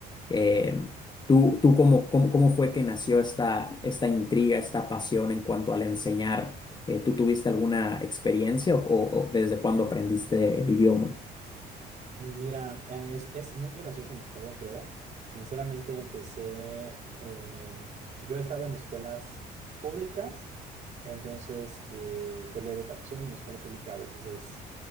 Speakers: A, on the left; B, on the right.
A: Eh, ¿tú, tú cómo, cómo, cómo fue que nació esta, esta intriga, esta pasión en cuanto al enseñar? Eh, ¿tú tuviste alguna experiencia o, o- o desde cuándo aprendiste el idioma?
B: Mira, eh, es, es muy graciosa mi historia, creo. Sinceramente, empecé, em, yo he estado en escuelas públicas, entonces, eh, pues la educación en la escuela pública a veces es